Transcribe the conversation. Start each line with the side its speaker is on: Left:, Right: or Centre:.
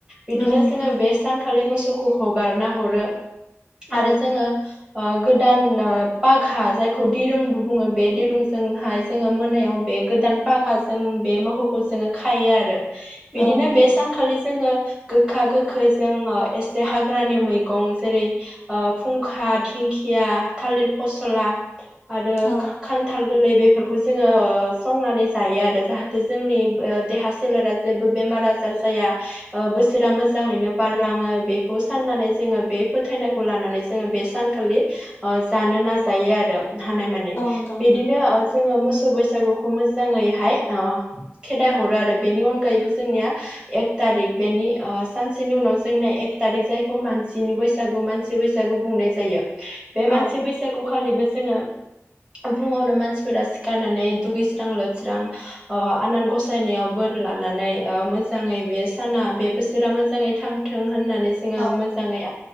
Right: बिदिनो
Left: औ नोंथां
Right: जोङो बे सानखालि मोसौखौ हगारना हरो आरो
Left: औ
Right: जोङो ओ गोदान पागा जायखौ दिरुंबो बुङो बे दिरुंजोंहाय जोङो मोनायाव बे गोदान पागाजों बे मोहौखौ जोङो खायो आरो बिदिनो
Left: औ नोंथां
Right: बे सानखालि जोङो गोखा गोखै जोङो एसे हाग्रानि मैगं जेरै ओ फुंखा धिंखिया थालिर फसला आरो
Left: औ
Right: खान्थाल गोरलै बेफोरखौ जोङो ओ संनानै जायो आरो जाहाथे जोंनि देहा सोलेरा जेबो बेमार आजार जाया ओ बोसोरा
Left: औ
Right: मोजाङैनो बारलाङो बेखौ साननानै जोङो बे फोथायनायखौ लानानै जोङो बे सानखालि ओ जानो नाजायो आरो हानायमानि
Left: औ नोंथां
Right: बिदिनो जोङो मोसौ बैसागुखौ मो जाङैहाय ओ खेदाइ हरो आरो बेनि अनगायैबो जोंनिया एक थारिख बेनि ओ सानसेनि उनाव जोंना एक थारिख जायखौ मानसिनि बैसागु मान सि बैसागु बुंनाय जायो बे
Left: औ
Right: मानसि बैसा खौ खालिबो जोङो फुङावनो मानसिफोरा सिखारनानै दुगैस्रां लोबस्रां ओ आनान गसायनायाव बोर लानानै ओ मोजाङै बे साना बे बोसोरा मोजाङै थां थों होननानै जोङो
Left: औ
Right: मोजाङै